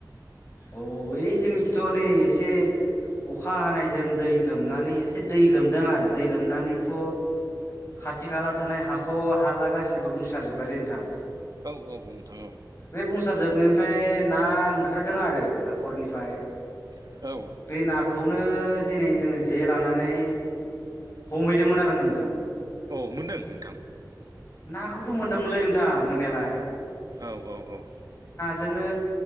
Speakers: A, on the left; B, on the right.
A: औ ओइ जोंनिखिथ' नै एसे अखा हानायजों दै लोमनानै एसे दै लोमदों आरो दै लोमनानैथ' खाथि खाला थानाय हाखर हाला गासिबो बुंसारजोब बायलै नोंथां।
B: औ औ नोंथां
A: बे बुंंसार जोबनायनिफ्राय ना ओं दों आरो हाखरनिफाय।
B: औ औ
A: बे नाखौ <unintelligible> दिनै जोङो जे लानानै हमहैदोंमोन आरो नोंथां।
B: औ मोनदों नोंथां?
A: नाखौथ' मोनदोंमोनलै नों थां मोननायालाय
B: औ औ औ।
A: जोंनो